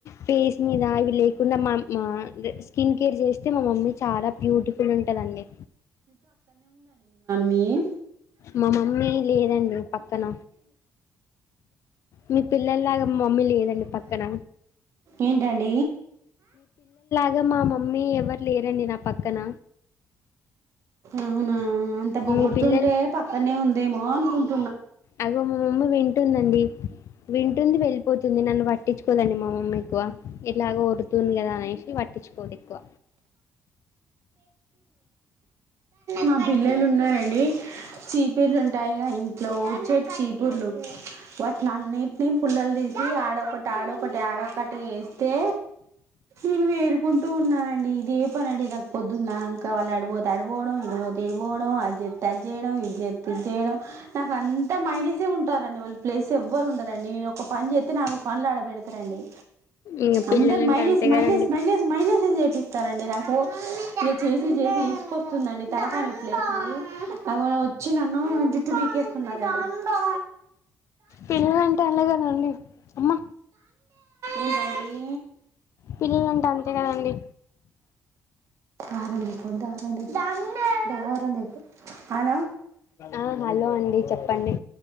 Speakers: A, on the left; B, on the right.
A: ఫేస్ మీద ఇవి లే కుంద మా అమ్మ స్కిన్ కేర్ చేస్తే మా మమ్మీ చాలా బ్యూటిఫుల్ ఉంటదాండి
B: మీయి
A: మా మమ్మీ లేదండి పక్కన మీ పిల్లల్లాగా మా మమ్మీ లేదండి పక్కన
B: ఏంటండి
A: ఇగా మా మమ్మీ ఎవరు లేరండి నా పక్కన
B: అవునా అంత బొగుడుతుంటే
A: మీ పిల్లలు
B: పక్కనే ఉంది దే మో అనుకున్న
A: అగో మా మమ్మీ వింటుందండి వింటుంది వెళ్ళిపోతుంది నన్ను వట్టించుకోదండి మా మమ్మీ ఎక్కువ ఎట్లాగో ఒరుతుంది కదా అనేసి పట్టించుకోదు ఎక్కువ
B: మా పిల్లలు ఉన్నా న్నారండి చీపిర్లు ఉంటాయి గా ఇంట్లో ఊడ్చే చీపుర్లు వాట్లన్ని నేను పుల్లలు తీసి ఆడొకటి ఆడ ఒకటి ఆడ ఒకటి తే ఇన్నె ఎరుకుంటూ ఉన్నానండి ఇదే పని అండి నాకు పొద్దున్న దాంకా వాళ్ళు అడుపోతే అడుపోవడం ఇడుపోతే ఇడిపోవడం అజే ట జేయడం ఇది చేతే ఇదిచేయడం నాకు అంత మైనిస్ తే ఉంటారండి వాళ్ళు ప్లేస్ ఎవ్వరు ఉండరండి నేను ఒక పని చెత్తే నాలుగు పనులు ఆడబేడుతారండి
A: ఇంక
B: అందరు
A: పిల్లలంటే
B: మైనస్
A: అంతే
B: మైనస్
A: కదండి
B: మైనస్ మైనస్ చేపిస్తారండి నాకు ఇగ చేసి చేసి విసుగొస్తుంది అండి తలకాయ నొప్పి లకు అగో నా వచ్చి నన్ను జుట్టు పీకేస్తున్నారండి
A: పిల్లలంటే అలా కదండి అమ్మ
B: ఏంటండి
A: పిల్లలంటే అంతే కదండి
B: దారం తే పో దారం తే పో హలో
A: ఆ హలో అండి చెప్పండి